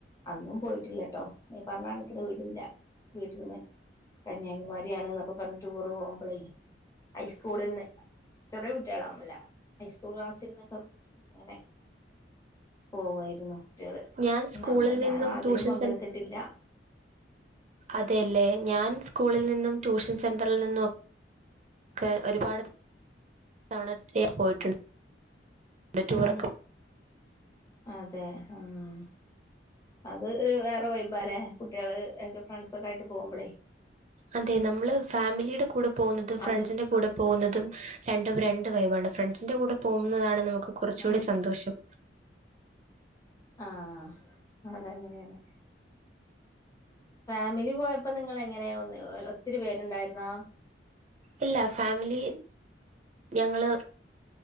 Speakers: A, on the left (about 20°); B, on the right (about 40°).
A: അന്നും പോയിട്ടില്ലട്ടോ ഈ പറഞ്ഞ കണക്കിന്‌ വിടൂല വീട്ടിൽന്ന് കന്യാകുമാരി ആണ് എന്നൊക്കെ പറഞ്ഞ ടൂറ് പോകുമ്പളേയ് ഹൈസ്കൂളിൽന്ന് ചെറിയ കു ട്ടിയാളൊന്നും ഇല്ല ഹൈസ്കൂൾ ക്ലാസ്സിൽന്നൊക്കെ അങ്ങനെ പോവായിരുന്നു കുട്ടികള്
B: ഞാൻ സ്കൂളിൽ
A: നമ്മള്
B: നിന്നും
A: ഞാൻ അതിലും
B: ട്യൂഷൻ
A: പങ്കെടുത്തിട്ടില്ല
B: അതെയല്ലേ ഞാൻ സ്കൂളിൽ നിന്നും ട്യൂഷൻ സെന്ററിൽ നിന്നും ക്കെ ഒരുപാട് തവണ പോയിട്ടുണ്ട് ടൂറൊക്കെ
A: ഉം അതെ ആഹ് അത് വേറെ വൈബാലെ കുട്ടികള് ഫ്രണ്ട്സൊക്കെ ആയിട്ട് പോകുമ്പളേ
B: അതെ നമ്മള് ഫാമിലിയുടെ കൂടെ പോന്നതും ഫ്രണ്ട്സിന്റെ
A: അവിടെ
B: കൂടെ പോ പോകുന്നതും രണ്ടും രണ്ട് വൈബാണ് ഫ്രണ്ട്സിന്റെ കൂടെ പോകുന്നതാണ് നമുക്ക് കുറച്ച് കൂടി
A: ആ
B: സന്തോഷം
A: ആഹ് അതങ്ങനെയാണ് ഫാമിലി പോയപ്പോ നിങ്ങള് എങ്ങനെയ ഒത്തിരി പേരുണ്ടായിരുന്നോ
B: ഇല്ല ഫാമിലി ഞങ്ങള്